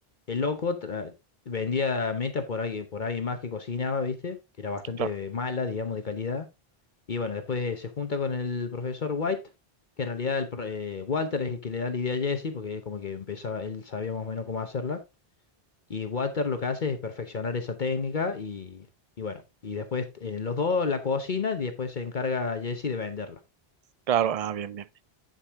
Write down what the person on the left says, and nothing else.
el loco tra- vendía meta por alguien, por alguien más que cocinaba, ¿viste? Que era bastante
mala, digamos, de calidad. Y bueno, después se junta con el profesor White, que en realidad el pro- eh, Walter es el que le da la idea a Jesse, porque como que empezaba, él sabía más o menos cómo hacerla. Y Water lo que hace es perfeccionar esa técnica y, y bueno, y después eh, los dos la cocinan y después se encarga Jesse de venderla.